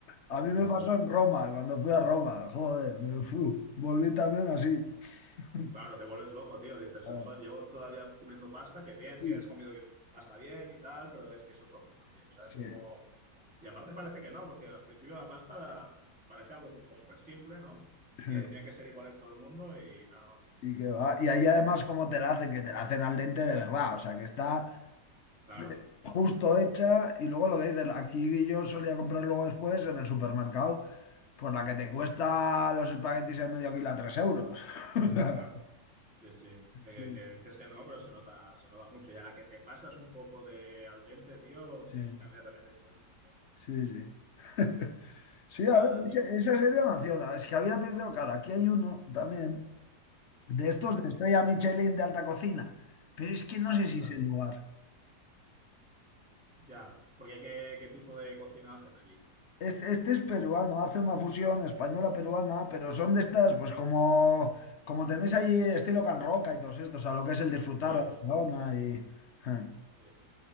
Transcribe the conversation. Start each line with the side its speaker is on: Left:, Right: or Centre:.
Left: A mí me
Centre: sí,
Left: pasó
Centre: sí.
Left: en Roma, cuando fui a Roma, joder, me fu, volví también así. <laughs>
Centre: Claro, te vuelves loco, tío, dices,
Left: Joder,
Centre: joder, llevo todavía comiendo pasta, que bien,
Left: sí,
Centre: que has comido bien, pasta bien y tal, pero es que es otro mundo, tío, o sea,
Left: sí.
Centre: es como... Y aparte parece que no, porque al principio la pasta parece algo como súper simple, ¿no?
Left: <laughs>
Centre: Que tiene que ser igual en todo el mundo y no, no,
Left: Y, que va. Y ahí además como te la hacen, que te la hacen al dente de verdad, o sea que está
Centre: claro.
Left: eh, justo hecha y luego lo que dices, aquí yo solía comprar luego después en el supermercado, pues la que te cuesta los espaguetis al medio kilo a 3 euros. <laughs>
Centre: Claro. Sí, sí, que, que-
Left: Sí,
Centre: que dices que no, pero se nota, se nota mucho. Y a la que te pasas un poco de al dente, tío,
Left: sí,
Centre: cambia también la historia un montón.
Left: sí. sí. <laughs> Sí,
Centre: Y
Left: a
Centre: nada,
Left: ver, esa,
Centre: tío, pues.
Left: esa serie nació, es que había pensado, claro, aquí hay uno también de estos
Centre: Ajá.
Left: de estrella Michelin de alta cocina, pero es que no sé
Centre: Ostras,
Left: si es el lugar.
Centre: ya. Porque qué, qué tipo de cocina hacen allí.
Left: Este, este es peruano, hace una fusión española-peruana, pero son de estas, pues como, como tenéis ahí estilo Can Roca y todos estos, a lo que es el disfrutar
Centre: Sí,
Left: de Barcelona y... ja,
Centre: sí, sí.